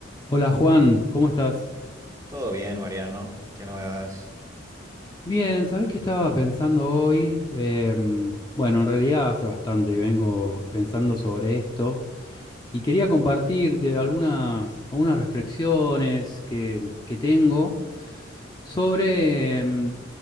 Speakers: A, on the left; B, on the right.
A: Hola Juan, ¿cómo estás?
B: Todo bien, Mariano. ¿Qué novedades
A: Bien, ¿sabés qué estaba pensando hoy? Em, bueno, en realidad hace bastante que vengo pensando sobre esto y quería compartirte algunas, algunas reflexiones que, que tengo sobre em,